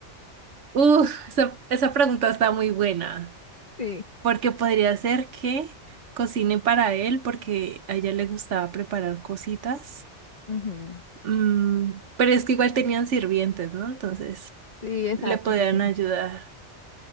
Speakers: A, on the right; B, on the left.
A: Uf, esa, esa pregunta está muy buena,
B: Sí,
A: porque podría ser que cocine para él, porque a ella le gustaba preparar cositas.
B: Ujú.
A: Mm, pero es que igual tenían sirvientes, ¿no? Entonces,
B: sí, exacto.
A: le podían
B: Entonces,
A: ayudar.
B: no.